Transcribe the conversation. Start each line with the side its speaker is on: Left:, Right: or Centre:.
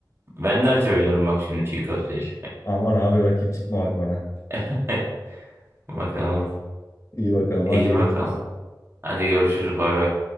Right: Ben de açabilirim bak şimdi çiğ köfteci.
Left: Aman abi rakip çıkma bak bana.
Right: <laughs> Bakalım.
Left: İyi bakalım. Hadi
Right: İyi
Left: görüşürüz.
Right: bakalım. Hadi görüşürüz bay bay.